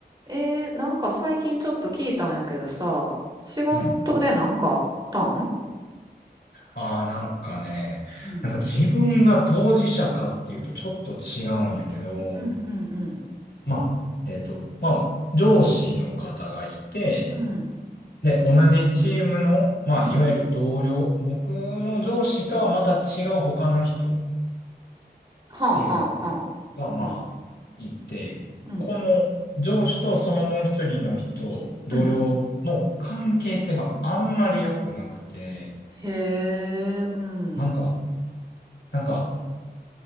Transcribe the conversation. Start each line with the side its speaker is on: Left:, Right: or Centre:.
Right: えー、なんか最近ちょっと聞いたんやけどさ、仕事でなんかあったん
Left: うん。ああ、なんかね、
Right: うん、
Left: なんか自分が当事者かっていうとちょっと違うんやけど、
Right: うんうんうん
Left: まあ、えっと、まあ、上司の方がいて、
Right: うん、
Left: で、同じチームの、まあ、
Right: うん、
Left: いわゆる同僚、僕の上司とはまた違う他の人っ
Right: はあはあはあうん。
Left: ていうのが、まあ、いて、
Right: うん。
Left: この上司とそのもう一人の人、同僚の関係性があんまり良くなくて、
Right: うん。へえ、うん。
Left: なんか、なんか、